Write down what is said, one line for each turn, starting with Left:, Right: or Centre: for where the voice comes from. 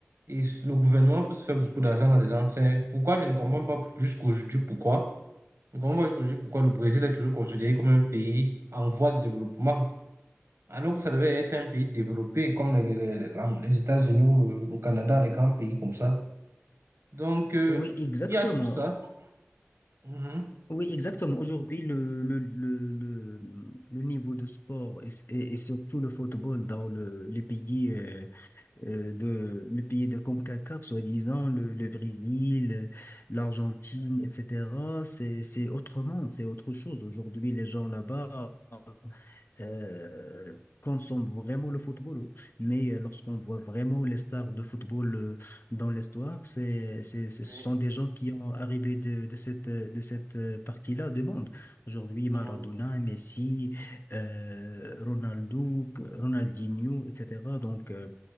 Right: Et le gouvernement peut se faire beaucoup d'argent là-dedans. C'est pourquoi je ne comprends pas jusqu'aujourd'hui pourquoi. Je ne comprends pas jusqu'aujourd'hui pourquoi le Brésil est toujours considéré comme un pays en voie de développement, alors que ça devait être un pays développé comme les, les- les États-Unis ou le, le Canada, les grands pays comme ça. Donc, euh,
Left: Oui, exactement.
Right: il y a tout ça. Mhm.
Left: Oui, exactement. Aujourd'hui, le, le, le, le, le niveau de sport et, et- et surtout le football dans le, les pays euh, euh, de les pays de CONCACAF, soi-disant le, le Brésil, l'Argentine, etc. C'est c'est autrement, c'est autre chose. Aujourd'hui, les gens là-bas euh, consomment vraiment le football. Mais euh, lorsqu'on voit vraiment les stars de football euh, dans l'histoire, c'est, c'est, ce
Right: Oui,
Left: sont des gens qui ont arrivé de, de cette, euh, de cette euh, partie-là du monde. Aujourd'hui,
Right: mhm,
Left: Maradona, Messi, euh, Ronaldo, Ronaldinho, etc. Donc, euh,